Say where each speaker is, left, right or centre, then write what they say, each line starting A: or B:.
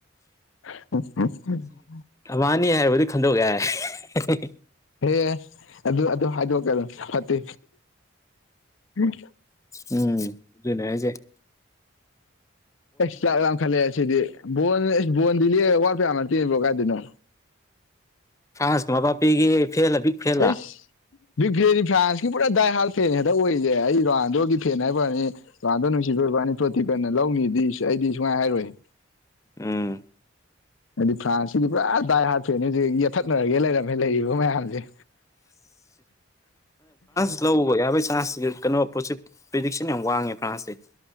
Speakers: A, on the left; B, on the left.
A: <inaudible>
B: ꯊꯕꯥꯅꯤ ꯍꯥꯏꯔꯕꯨꯗꯤ ꯈꯟꯗꯣꯛ ꯌꯥꯏ
A: ꯑꯦ ꯑꯗꯨ ꯑꯗꯨ ꯍꯥꯏꯗꯣꯛꯀꯅꯣ ꯐꯠꯇꯦ <unintelligible>
B: ꯎꯝ ꯑꯗꯨꯅꯦ ꯍꯥꯏꯖꯦ
A: ꯑꯩꯁ ꯆꯥꯛ ꯂꯥꯝꯈꯠꯂꯑꯦ ꯑꯁꯤꯗꯤ ꯕꯣꯜ ꯕꯣꯟꯗꯗꯤ ꯋꯥꯠꯄ ꯌꯥꯝ ꯅꯠꯇꯦ ꯕ꯭ꯔꯣ ꯀꯥꯏꯗꯩꯅꯣ
B: ꯐ꯭ꯔꯥꯟꯁ ꯃꯕꯥꯞꯄꯦꯒꯤ ꯐꯦꯜꯂ ꯕꯤꯛ ꯐꯦꯜꯂ
A: ꯑꯩꯁ ꯕꯤꯛ ꯐꯦꯟꯅꯤ ꯐ꯭ꯔꯥꯟꯁꯀꯤ ꯄꯨꯔꯥ ꯗꯥꯏ ꯍꯥꯜ ꯐꯦꯟ ꯍꯦꯛꯇ ꯑꯣꯏꯔꯤꯖꯦ ꯑꯩ ꯔꯣꯅꯥꯟꯗꯣꯒꯤ ꯐꯦꯟ ꯍꯥꯏꯞꯋꯥꯅꯤ ꯔꯣꯅꯥꯟꯗꯣ ꯅꯨꯡꯁꯤꯕꯩ ꯑꯣꯏꯕ꯭ꯋꯥꯅꯤ ꯇꯣꯇꯤꯄꯦꯟꯅ ꯂꯧꯅꯤꯗꯤ ꯑꯩꯗꯤ ꯁꯨꯍꯥꯏ ꯍꯥꯏꯔꯣꯏꯍꯦ
B: ꯑꯥ
A: ꯑꯩꯗꯤ ꯐ꯭ꯔꯥꯟꯁꯁꯤꯗꯤ ꯄꯨꯔꯥ ꯗꯥꯏ ꯍꯥꯔꯠ ꯐ‌ꯦꯟꯅ‌ꯦ ꯍꯧꯖꯤꯛ ꯌꯦꯠꯊꯠꯅꯔꯒꯦ ꯂꯩ ꯔꯃꯦ ꯂꯩꯔꯤꯕ ꯃꯌꯥꯝꯖꯦ
B: ꯇ꯭ꯔꯧꯕ ꯌꯥꯕꯩ ꯆꯥꯟꯁꯇꯤ ꯀꯩꯅꯣ ꯄꯣꯁꯤꯞ ꯄ꯭ꯔꯤꯗꯤꯛꯁꯟ ꯌꯥꯝ ꯋꯥꯡꯉꯦ ꯐ꯭ꯔꯥꯟꯁꯁꯦ